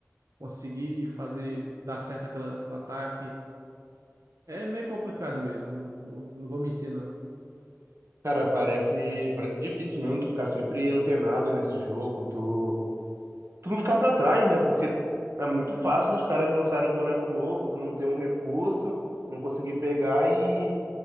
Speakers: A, on the right; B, on the right.
A: conseguir fazer dar certo aquela, aquele ataque. É meio complicado mesmo, não, não vou mentir, não.
B: Cara, parece, parece difícil mesmo tu ficar sempre antenado nesse jogo. Tu tu não ficar pra trás, né? Porque é muito fácil dos caras lançarem um boneco novo, tu não ter um recurso, não conseguir pegar e,